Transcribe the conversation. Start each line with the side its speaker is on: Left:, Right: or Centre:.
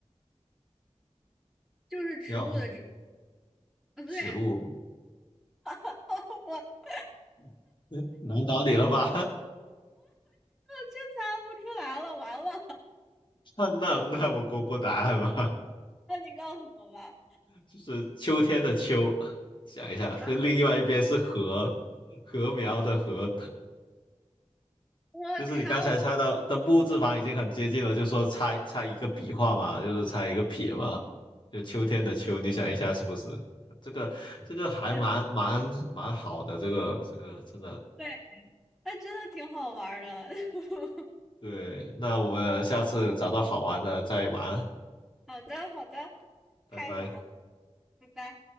Centre: 就是植物的植。
Left: 要
Centre: 啊，不对，
Left: 植物，
Centre: <laughs> 我我我
Left: <laughs> 嗯难倒你了吧？<laughs>
Centre: 真猜不出来了，完了！
Left: 那那那我公布答案吧，
Centre: 那你告诉我吧。
Left: <laughs> 就是秋天的秋。想一下，
Centre: 啊！
Left: 这另外一边是禾，禾苗的禾，
Centre: 我靠！
Left: 就是你刚才猜的，登不字旁已经很接近了，就说猜猜一个笔画嘛，就是猜一个撇嘛，就秋天的秋，你想一下是不是？这个这个还蛮蛮蛮好的，
Centre: 我
Left: 这个这个真的
Centre: 对，哎，真的挺好玩儿的。<laughs>
Left: 对。那我们下次找到好玩的再玩，
Centre: 好的，好的，
Left: 拜拜。
Centre: 开什么？拜拜。